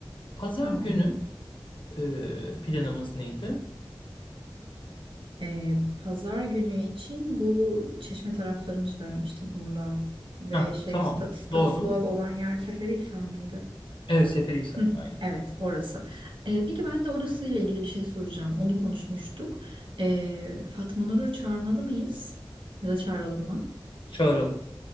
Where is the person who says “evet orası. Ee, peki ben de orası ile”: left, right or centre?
Right